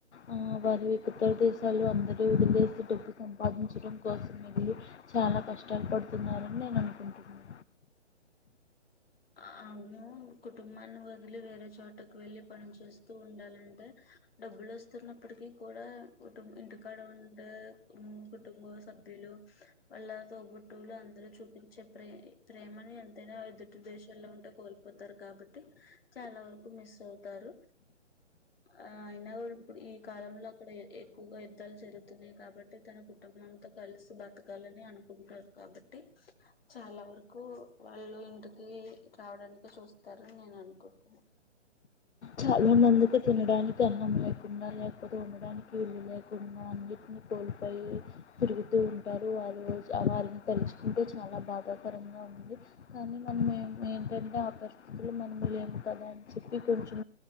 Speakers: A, on the left; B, on the left.
A: ఆ వారు ఇతర ప్రదేశాలలో వదిలేసి డబ్బు సంపాదించడం కోసం ఇది చాలా కష్టాలు పడి చెప్తున్నారని నేను అనుకుంటున్నాను
B: అవును కుటుంబాన్ని వదిలి వేరే చోటకు వెళ్లి పని చేేస్తూ ఉండాలంటే డబ్బులు వస్తున్నప్పటికీ కూడా కుటుం ఇంటికాడ ఉండే కుటుంబ సభ్యులు వాళ్ళ తోబుట్టువులు అందరు చూపించే ప్రే ప్రేమని ఎంతైనా ఎదు దేశల్లో ఉంటే కోల్పోతారు కాబట్టి చాలా వరకు మిస్ అవుతారు ఆ అయినా వా ఇప్పుడు ఈ కాలంలో అక్కడ ఎక్కువగా యుద్ధాలు జరుగుతున్నాయి కాబట్టి తన కుటుంబంతో కలిసి బతకాలని అనుకుంటారు కాబట్టి చాలా వరకు వాళ్ళు ఇంటి కి రావడానినికి చూస్తారని నేను అనుకుంటున్నాను
A: చాలా మందికి తినడానికి కన్నం లేకుండా లేకపోతే ఉండడానికి ఇల్లు లేకుండా అన్నింటిని కోల్పోయి తిరుగుతూ ఉంటారు వారుజు వారిని తలుచుకుంటే చాలా బాధాకరంగా ఉంది కానీ మనం ఏం ఏంటంటే ఆ పరిస్థితులు మనము ఏము కదా అని చెప్పి కొంచెం